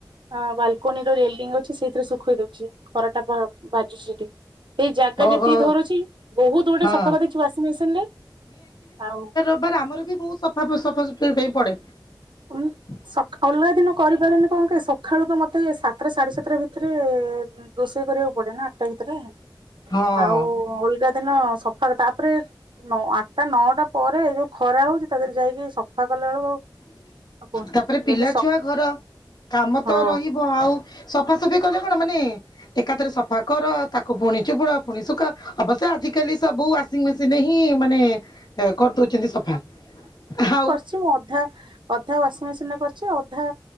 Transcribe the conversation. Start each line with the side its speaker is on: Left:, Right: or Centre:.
Right: ହ ବାଲକୋନି ର ରେଲିଙ୍ଗ ଅଛି ସେଇଥିରେ ଶୁଖେଇ ଦଉଚି ଖରାଟା ବା ବାଜୁଚି ସେଠି। ଏଇ ଜାଗା
Left: ଓହୋ
Right: ଯେତିକି ଧରୁଚି ବହୁତ ଗୋଡେ
Left: ହଁ
Right: ସଫା କରିଦେଇଚି ଉ୍ୟାସିଂମେସିନ ରେ ଆଉ
Left: ର ଆମର ବି ବହୁତ ସଫା ସଫା ସୁତୁର ପାଇଁ ପଡେ।
Right: ଉଁ
Left: ହଁ
Right: ଅଲଗା ଦିନ କରିପାରନି କଣ କି ସକାଳୁ ତ ମତେ ସାତଟା ସାଢେ ସାତଟା ଭିତରେ ରୋଷେଇ କରିବାକୁ ପଡେ ନା ଆଠଟା ଭିତରେ
Left: ହଁ
Right: ଆଉ ଗା ଦିନ ସକାଳେ ତାପରେ ଆଠଟା ନଅଟା ପରେ ଯୋଉ ଖରା ହଉଚି ତା ଦେହରେ ଯାଇକି ସଫା କଲା ବେଳକୁ ଆଉ କୁହନି
Left: ତାପରେ ପିଲା
Right: ଯଦି ସକ୍
Left: ଛୁଆ ଘର କାମ
Right: ହଁ
Left: ତ ରହିବ ଆଉ ସଫାସଫି କଲେ କଣ ମାନେ ଏକାଥରେ ସ ସଫା କର ତାକୁ ପୁଣି ଚିପୁଡ ପୁଣିୁ ଶୁଖାଅ ଅବଶ୍ୟ ଆଜ କାଲି ସବୁ ୱାସିଂ ମେସିନ ହିଁ ମାନେ କରିଦଉଛନ୍ତି ସଫା ଆଉ
Right: କି ଅଧା <inaudible> ଅଧା ୱାସିଂ ମେସିନ ରେ କରିଚି ଅଧା